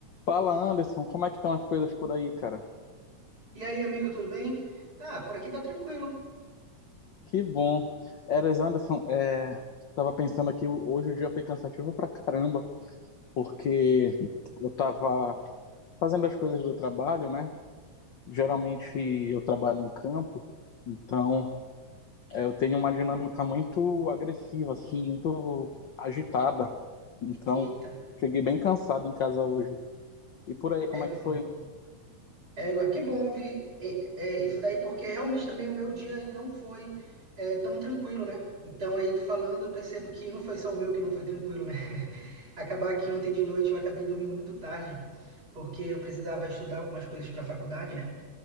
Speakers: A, on the left; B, on the right.
A: Fala, Anderson, como é que estão as coisas por aí, cara?
B: E aí, amigo, tudo bem? Ah, por aqui tá tranquilo.
A: Que bom. Eras, Anderson, é... tava pensando aqui, hoje o dia foi cansativo pra caramba, porque eu tava fazendo as coisas do trabalho, né? Geralmente eu trabalho em campo, então é, eu tenho uma dinâmica muito agressiva, assim, muito agitada. Então,
B: Eita,
A: cheguei bem cansado em casa hoje. E por aí, como
B: égua,
A: é que
B: irmão.
A: foi?
B: Égua, que bom ouvir é, é, isso daí, porque realmente também o meu dia ele não foi é, tão tranquilo, né? Então aí tu falando, eu percebo que não foi só o meu que não foi tranquilo, né? <laughs> Acabar que ontem de noite eu acabei dormindo muito tarde, porque eu precisava estudar algumas coisas para a faculdade, né?